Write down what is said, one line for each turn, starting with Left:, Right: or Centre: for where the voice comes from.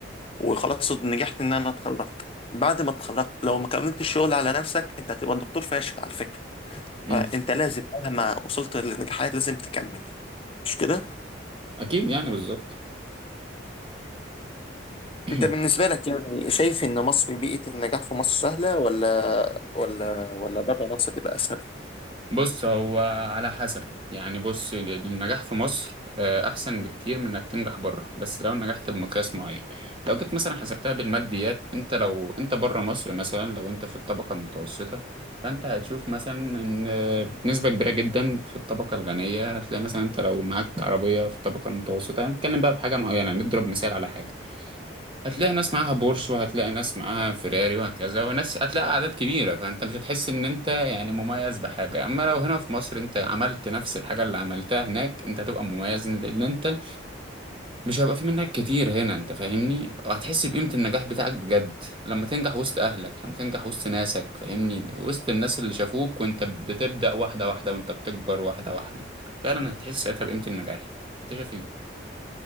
Left: وخلاص نجحت ان انا اتخرجت بعد ما اتخرجت لو ما كملتش الشغل على نفسك انت هتبقى دكتور فاشل على فكره
Right: أمم.
Left: فانت لازم مهما وصلت للنجاحات لازم تكمل مش كده
Right: أكيد يعني بالظبط <clears throat>
Left: انت بالنسبه لك يعني شايف ان مصر بيئه النجاح في مصر سهله ولا ولا ولا بره مصر تبقى اسهل
Right: بص هو على حسب يعني بص النجاح في مصر آه، أحسن بكتير من إنك تنجح بره بس لو نجحت بمقياس معين لو جيت مثلا حسبتها بالماديات أنت لو أنت بره مصر مثلا لو أنت في الطبقة المتوسطة فأنت هتشوف مثلا إن آه، نسبة كبيرة جدا في الطبقة الغنية هتلاقي مثلا أنت لو معاك عربية في الطبقة المتوسطة هنتكلم بقى بحاجة معينة نضرب مثال على حاجة هتلاقي ناس معاها بورش وهتلاقي ناس معاها فيراري وهكذا وناس هتلاقي أعداد كبيرة فأنت مش هتحس إن أنت يعني مميز بحاجة أما لو هنا في مصر أنت عملت نفس الحاجة اللي عملتها هناك أنت هتبقى مميز لأن أنت مش هيبقى في منك كتير هنا أنت فاهمني وهتحس بقيمة النجاح بتاعك بجد لما تنجح وسط أهلك لما تنجح وسط ناسك فاهمني وسط الناس اللي شافوك وأنت بتبدأ واحدة واحدة وأنت بتكبر واحدة واحدة فعلا هتحس ساعتها بقيمة النجاح أنت شايف إيه؟